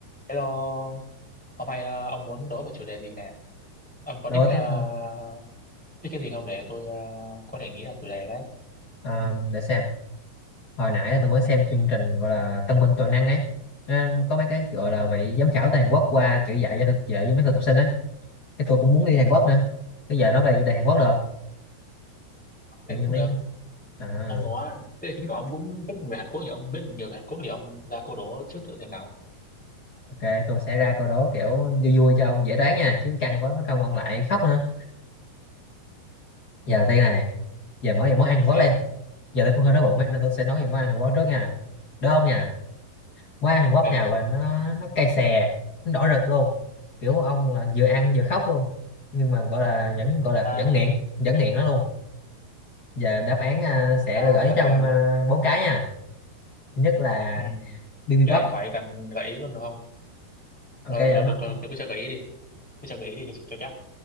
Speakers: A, in the centre; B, on the left.
A: Hello, hôm nay ờ, ông muốn đối một chủ đề gì nè? Ông có
B: đố
A: thích uh,
B: tiếp ha.
A: thích cái gì không để tôi ờ, có thể nghĩ là chủ đề đấy?
B: à, để xem hồi nãy là tôi mới xem chương trình gọi là Tân binh toàn năng ấy Nó có mấy cái gọi là vị giám khảo từ Hàn Quốc qua kiểu dạy cho thực dạy cho mấy thực tập sinh ấy cái tôi cũng muốn đi Hàn Quốc nữa bây giờ nó về chủ đề Hàn Quốc được không kiểu
A: Thế
B: như
A: cũng
B: mấy
A: được.
B: à,
A: Ông có, thế chứng tỏ ông cũng thích về Hàn Quốc nhỉ? Ông biết nhiều về Hàn Quốc thì ông ra câu đố trước thử xem nào.
B: ok tôi sẽ ra câu đố kiểu vui vui cho ông dễ đoán nha chứ căng quá nó không ông lại khóc nữa
A: Ừ,
B: giờ đầu tiên này giờ mỗi về món ăn
A: để
B: Hàn Quốc
A: xem.
B: đi giờ tôi cũng hơi đói bụng ấy nên tôi sẽ nói về món ăn Hàn Quốc trước nha đúng không nhỉ qua Hàn Quốc
A: Ok.
B: nào gọi là nó nó cay xè nó đỏ rực luôn kiểu ông là vừa ăn vừa khóc luôn nhưng mà gọi là vẫn gọi là
A: À,
B: vẫn nghiện vẫn nghiện nó luôn và đáp án à, sẽ
A: trời
B: là gửi
A: đất
B: trong
A: ơi.
B: à, bốn cái nha thứ nhất là
A: Ừ.
B: bibimbap
A: Cái này khỏi cần gợi ý luôn được không?
B: ok
A: Thôi,
B: giọng
A: thôi,
B: nó
A: thôi, thôi,
B: không
A: tôi cứ cho gợi ý đi. Tôi cho gợi ý đi cho, cho chắc.